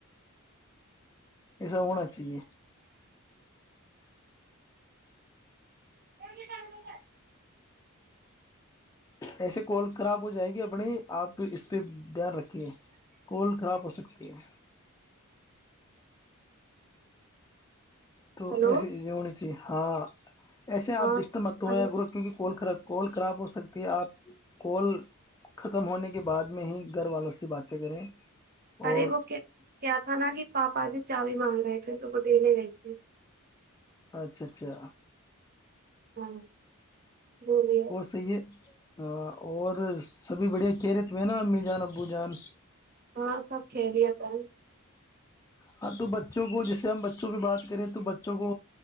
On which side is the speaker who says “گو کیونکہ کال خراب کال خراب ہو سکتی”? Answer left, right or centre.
Left